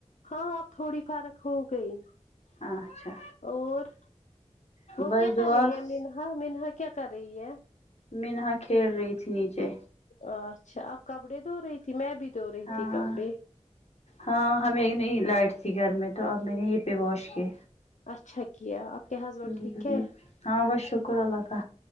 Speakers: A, on the left; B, on the left.
A: ہاں اب تھوڑی فرق ہو گئی
B: اچھا
A: اور وہ
B: بس
A: کیا
B: دعا
A: کر رہی ہے مینہا مینہا کیا کر رہی ہے
B: مینہا کھیل رہی تھی نیچے
A: ا اچھا آپ کپڑے دھو رہی تھی میں بھی دھو رہی
B: ہاں
A: تھی کپڑے
B: ہاں ہمیں نہیں لائٹ تھی گھر میں تو اب میں نے یہی پہ واش کی
A: اچھا کیا آپ کے ہسبینڈ
B: ہوں
A: ٹھیک ہے
B: ہاں بس شکر اللہ کا